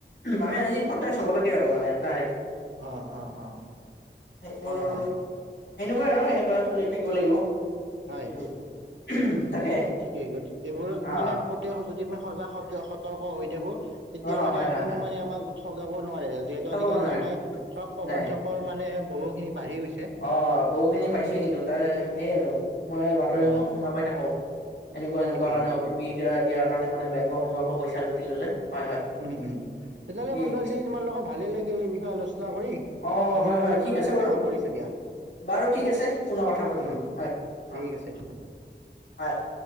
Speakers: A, on the left; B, on the right.
A: আমি আজি সতেজ হব লাগে আৰু মানে তাই।
B: অ, অ, অ।
A: সেইবোৰ
B: হয়,
A: সেনেকুৱাই
B: হয়,
A: আৰু এনেকুৱা চলি থাকিব লাগিব।
B: হয়,
A: উম। তাকে
B: ঠিকেই গ এইবোৰত
A: অ
B: মানে প্ৰতি যদি আমি সজাগ সতৰ্ক হৈ থাকো। তেতিয়া
A: অ
B: মানে
A: হয় হয়
B: কোনো
A: হয়
B: মানে আমাক ঠগাব নোৱাৰে। যিহেতু আজিকালি
A: ক'ব নোৱাৰে
B: জানাই থক প্ৰবঞ্চকৰ
A: নাই
B: মানে বহুখিনি বাঢ়ি গৈছে
A: অ, বহুখিনি পাইছে কিন্তু তাৰে সেইয় আৰু মই বাতৰিসমূত
B: হয়
A: শুনাাপাই থাকো। এনেকুৱা এনেকুৱা
B: ঠিকেই
A: কাৰণে অ ট পি দিয়াৰ কাৰণে মানে বেংকৰ সময়ৰ পৰা পইচাু লুটি ললে। হয় হয়।
B: উম, উম তেতিয়াহ'লে
A: ঠিকেই
B: বন্ধু আজি তোমাৰ লগত ভালে লাগিল এই বিষয়ে আলোচনা কৰি।
A: অ'
B: আজি
A: হয়
B: নহ'লে
A: হয় ঠিক
B: ইমানতে
A: আছে বাৰু
B: আমি সামৰিছো দিয়া।
A: বাৰু ঠিক আছে পুনৰ কথা পতিম
B: উম,
A: হয়,
B: ঠিক
A: অ,
B: আছে।
A: হয়। <inaudible>